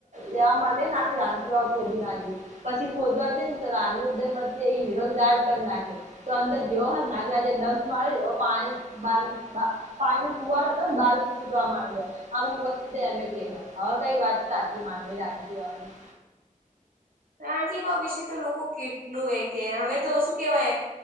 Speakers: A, on the right; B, on the right.
A: લેવા માટે નાખી રાખી વા કોડી નાખી. પછી ખોજવાથી ને તો રાની ઉદય મ એ હીરો જાયબ કરના... તો અંદર જેવો નાગરાજા ડંસ માર એ પાણી બ પાણી નો ફુવાર હતો ને બાર ફૂટવામાં આવ્યો અમુક વસ્તુ એને ક હવે કઈ વાત સાચી માનવી રાણી...
B: રાણકી બા વિશે તો લોકો કેટલું એ કે હવે તો શું કેવાય.